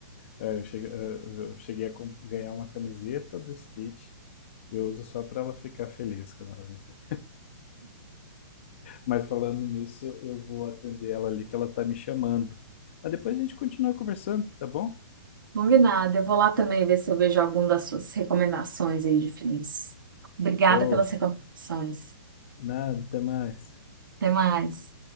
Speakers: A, on the left; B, on the right.
A: É, eu cheguei, eu- cheguei a comp- ganhar uma camiseta do Stitch. Eu uso só pra ela ficar feliz quando ela me vê. Mas falando nisso, eu vou atender ela ali que ela tá me chamando. Mas depois a gente continua conversando, tá bom?
B: Combinado. Eu vou lá também ver se eu vejo algum das suas recomendações aí de filmes. Obrigada
A: Show.
B: pelas recomendações.
A: Nada, até mais.
B: Até mais.